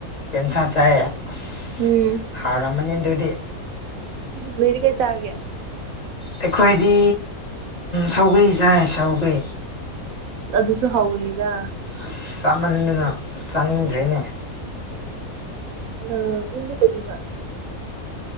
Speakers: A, on the left (about 30°); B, on the right (about 75°).
A: ꯌꯦꯟꯁꯥ ꯆꯥꯏꯌꯦ ꯑꯁ
B: ꯎꯝ
A: ꯍꯥꯥꯎꯔꯝꯃꯅꯤ ꯑꯗꯨꯗꯤ
B: ꯃꯣꯏꯗꯤ ꯀꯩ ꯆꯥꯒꯦ
A: ꯑꯩꯈꯣꯏꯗꯤ ꯁꯧꯒ꯭ꯔꯤ ꯆꯥꯏ ꯁꯧꯒꯔꯤ
B: ꯑꯗꯨꯁꯨ ꯍꯥꯎꯅꯤꯗ
A: ꯑꯁ ꯆꯥꯃꯟꯗꯨꯅ ꯆꯥꯅꯤꯡꯗ꯭ꯔꯦꯅꯦ
B: ꯑ ꯏ ꯂꯩꯒꯕ